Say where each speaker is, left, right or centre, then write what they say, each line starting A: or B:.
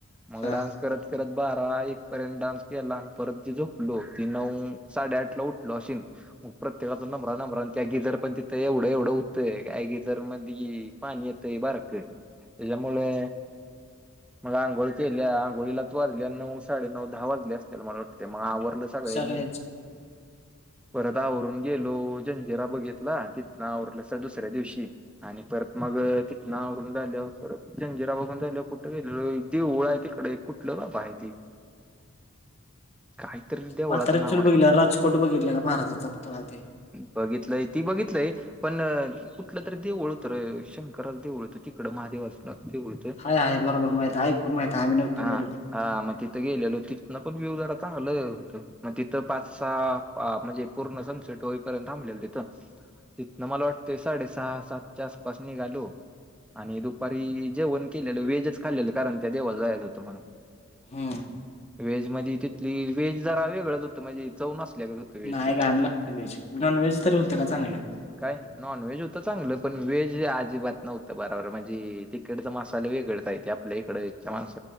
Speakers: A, in the centre; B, on the left (about 30°).
A: मग
B: हा
A: डान्स करत करत बारा एक पर्यंत डान्स केला आणि परत जे झोपलो तेी नऊ साडेआठ ला उठल अश. मग प्रत्येकाातून नम्र नम्र त्याी जर पण तिथ एढ एवढ. का जर मध्ये पाणी येत बारक त्याच्यामुळे. मग आंघोळ आंघोळीलाच वाजले नऊ साडेनऊ दहा वाजले असतीलला मला वाटतते मग आवरलं. सगळ्यांनी.
B: सगळे
A: परत आवरून गेलो जंजिरा बघितला तिथ आवरलं अस दुसऱ्या दिवशी आणि परत मग तिथना आवरून झाल परत जंजिरा बघून झाल कुठ. दे ळ आहे तिकडे कुठलं बाबा आहे त. काहीतरी दे
B: म्हातारा
A: ळाचं नाव
B: चूल
A: आहे.
B: बघितला राजकोट बघितला का महाराजांचा पुतळा ते
A: बघितलंय ती बघितलंय. पण कुठलं तरी देऊळ होतं र शंकराला देवळ होतं तिकड महादेवाच देळ.
B: हय आहे बरोबर माहि आहे कोण माहिित आहे आ्हीघत
A: हा
B: गेलो.
A: हा म. गेलेलो तिथं पण व्यू जरा चांगलं होत मग तिथं पाच सहा म्हणजे पूर्ण सनसेट होईपर्यंत ह मिल तिथं. तथ मला वाटतं साडे सहा सातच्यास पासणी घालू आणि दुपारी जे न केलेलं वेजच. खाल् कारण त्या देवाला जायला होत म्हला
B: हम्म
A: वेज म तिथली वज जरा वेगळंच होतं म्हणजे चौनसल्यागच होतं वे
B: नाही
A: ठिकड.
B: घाण लागते व्हेज नॉनव्हेज तरी होतं का चांगलं
A: काय. नॉन व्हेज होतं चांगलं पण व्हेज अजिबात नव्हतं बराबर म्हणजे तिकड तर मसाले वेगळेच आहेत. ते आपल्या इकडे छान अस